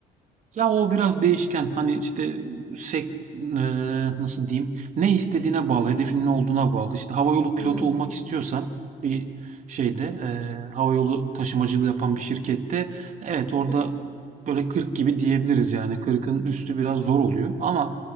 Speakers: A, on the right; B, on the left.
A: Ya o biraz değişken. Hani işte sek eee, nasıl diyeyim? Ne istediğine bağlı, hedefin ne olduğuna bağlı. İşte havayolu pilotu
B: Hmm.
A: olmak istiyorsan bir şeyde eee havayolu taşımacılığı yapan bir şirkette evet orada
B: Hı hı.
A: böyle 40 gibi diyebiliriz yani. kırkın üstü biraz zor oluyor ama